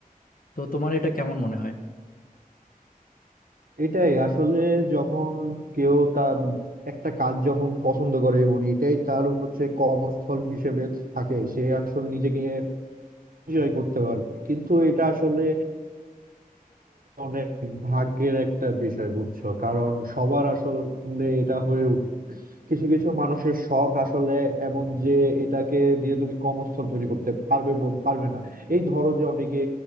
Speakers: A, on the left; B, on the right.
A: তো তোমার এটা কেমন মনে হয়
B: এটাই আসলে যখন কেউ তার একটা কাজ যখন পছন্দ করে এবং এটাই তার হচ্ছে কর্মস্থল হিসেবে থাকে সে আসলে নিজেকে এনজয় করতে পারবে কিন্তু এটা আসলে অনেক ভাগ্যের একটা বিষয় বুঝছো কারণ সবার আসলে এটা হয়ে ওঠে না। কিছু কিছু মানুষের শখ আসলে এমন যে এটাকে দিয়ে তুমি কর্মস্থল তৈরি করতে পারবে ব- পারবে না এই ধরো যে অনেকে